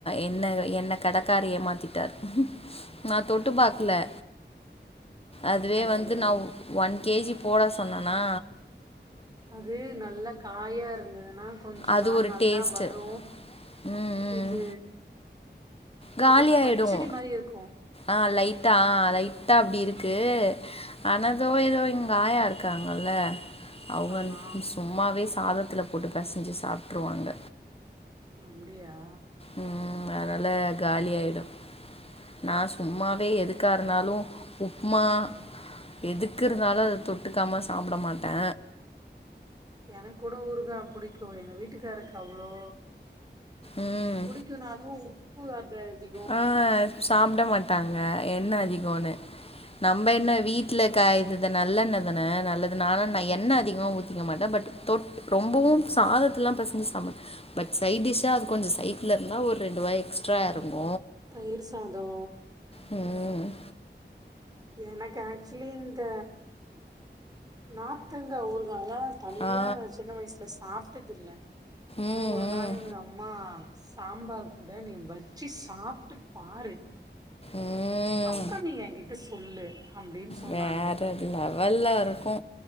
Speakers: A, on the left (about 30°); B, on the right (about 20°).
A: என்னஅ என்ன கடக்காரி ஏமாத்திட்டார் நா தொட்டு பாக்ல
B: அட
A: அதுவே
B: கடவுளே
A: வந்து நவ் வன் கேஜி போட சொன்னனா
B: அதுவெ நல்ல காயா இருந்ததுன்னா கொஞ்ச
A: அது
B: நாள்
A: ஒரு
B: நல்லா
A: டேஸ்ட்டு
B: வரு
A: ம் ம்
B: இது
A: காலியாகிடும்
B: இது பச்சடி மாரியே இருக்கு
A: ஆ லைட்டா லைட்டா அப்டி இருக்கு அனதோ எதோ எங் ஆயா இருக்காங்கல்ல அவுங்
B: ஆமா
A: வந்ட்டு சும்மாவே சாதத்துல போட்டு பெசஞ்சு சாப்ட்டுருவாங்க
B: அப்டியா
A: ம் அதுனால காலியாய்டு நா சும்மாவே எதுக்கா இருந்தாலு உப்மா எதுக்கிருந்தாலு அது தொட்டுக்காம சாப்பட மாட்டே
B: எனக் கூட ஊறுகா புடிக்கு எங்க வீட்டுக்காருக்கு அவ்ளோ
A: ம்
B: புடிக்குனாலு உப்பு அத அதி
A: ஆ சாப்ட மாட்டாங்க எண்ண அதிகோனு நம்ப என்ன வீட் வீட்ல கா இது இத நல்லெண்ண தான நல்லது நானு தா எண்ண அதிகமா ஊத்திக்க மாட்டே பட்டு தொட் ரொம்பவு சாதத்துலா பெசஞ்சு சாப் மாட் பட் சைட் டிஷ்ஷா அது கொஞ்சோ சைட்ல இருந்தா ஒரு ரெண்டு வாய் எக்ஸ்ட்ரா எறங்கு
B: தயிரு சாதோ
A: ம்
B: எனக் ஆக்சுலி இந்த நாத்தங்க ஊறுகால தனியா
A: ஆ
B: நா சின்ன வய்சுல சாப்ட்டதில்ல ஆனா
A: ம்
B: ஒரு
A: ம்
B: நாளு எங் அம்மா சாம்பார் கூட நீ வெச்சி சாப்ட்டு பாரு
A: ம்
B: அப்றோ நீ எங்கிட்ட சொல்லு அப்டின்னு சொன்னாங்க
A: வேற லெவல்லருக்கு